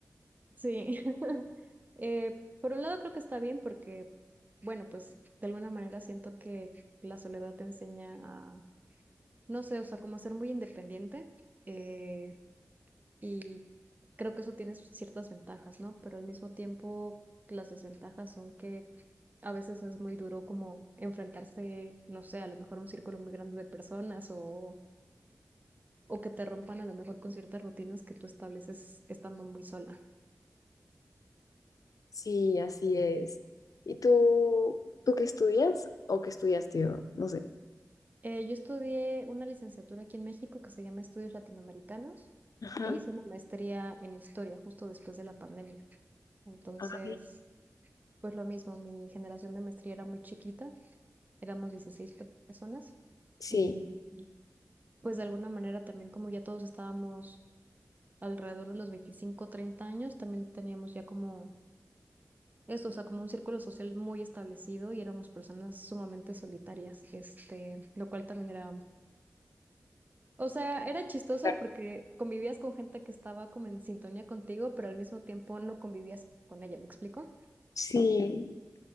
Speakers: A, on the right; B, on the left.
A: Sí. <laughs> Eh, por un lado creo que está bien porque, bueno, pues de alguna manera siento que la soledad te enseña a, no sé, o sea, como a ser muy independiente eh, y creo que eso tiene sus ciertas ventajas, ¿no? Pero al mismo tiempo las desventajas son que a veces es muy duro como enfrentarse, no sé, a lo mejor a un círculo muy grande de personas o o que te rompan a lo mejor con ciertas rutinas que tú estableces estando muy sola.
B: Sí, así es. ¿Y tú, tú qué estudias o qué estudiaste? O, no sé.
A: Eh, yo estudié una licenciatura aquí en México que se llama Estudios Latinoamericanos
B: Ajá.
A: e hice una maestría en historia justo después de la pandemia. Entonces,
B: Ah, bien.
A: pues lo mismo, mi generación de maestría era muy chiquita, éramos 16 pe- personas
B: Sí.
A: y pues de alguna manera también como ya todos estábamos alrededor de los 25 30 años, también teníamos ya como esto, o sea, como un círculo social muy establecido y éramos personas sumamente solitarias, este, lo cual también era, o sea, era chistoso
B: Distrae.
A: porque convivías con gente que estaba como en sintonía contigo, pero al mismo tiempo no convivías con ella, ¿me explico?
B: Sí,